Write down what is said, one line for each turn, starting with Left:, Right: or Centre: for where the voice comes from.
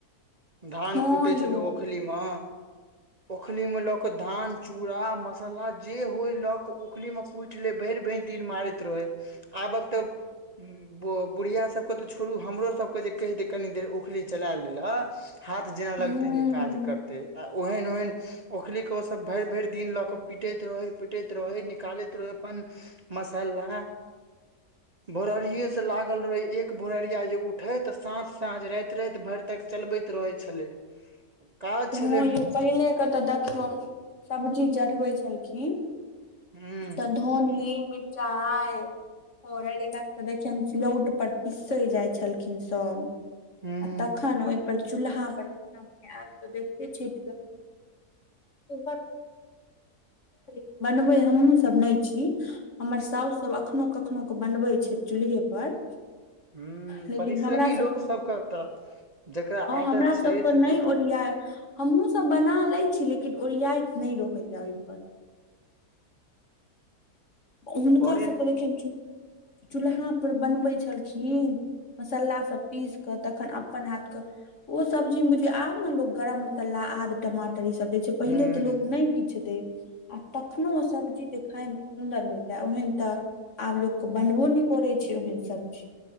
Right: धान
Left: हँ
Right: कुटेै
Left: यौ
Right: छेलेै ओखली मे ओखली मे ल क धान चूड़ा मस तलाह जे होय ल क ओखली मे कुटि लै भरि भरि दिन मारैत रहै आबक तऽ ब- बुढ़िया सबके तऽ छोड़ू हमरो सबके जे कैह दै कनी देर ओखली चला बुझलह हाथ जेना
Left: हुं
Right: लगतेै नेै काज करतेै आ ओहेन -ओहेन ओखलीे के ओसब भैर- भैर दिन ल क पिटैत रहै पिटैत रहै निकालैत रहै अपन मसला भोरहरिये स लागल रहेै एक भोरहरिया जे उठेै त साँझ साँझ रैत- रैत भर तैक चलबैत रहै छलै काज
Left: हँ
Right: छलै
Left: यौ पहिले के तऽ देखियौ सब्जी जढ़बै छेलखिन
Right: हूं
Left: तऽ धनी मिरचाईय हरैद हिनका सब के देखियैन सिलौट पर पीसै जाइ छेलखिन सब
Right: हूं
Left: आ तखन ओय पर चूल्हा पर खाना बनाब आब त देखते छियै चूल्हा <unintelligible> बनबै हमहूँ सब नै छी हमर सौउस सब एखनो कखनो क बनबै छैथ चूल्हे पर
Right: हूं
Left: लेकिन
Right: परिश्रमी
Left: हमरा
Right: लोक
Left: सब क
Right: सबके तऽ जकरा आदत
Left: हमरा
Right: छै
Left: सबक
Right: से सब
Left: नैय
Right: तऽ
Left: ओरियाय हमहुँ सब बना लै छी लेकिन ओरियाइत नैय रहैया ओयपर हुनका
Right: करे
Left: सब के देखियैन चू चूल्हा पर बनबै छेलखिन मसला सब पीस क तखन अपन हाथ क ओ सब्जी मे बुझियो आब न लोक गरम मसला आद टमाटर इ सब दै छै पहिले
Right: हूं
Left: तऽ लोक नै किछ देै आ तखनो ओ सब्जी जे खायमे सुन्दर होयता ओहन तऽ आब लोक क बनबो नै करै छै ओहन सब्ज़ी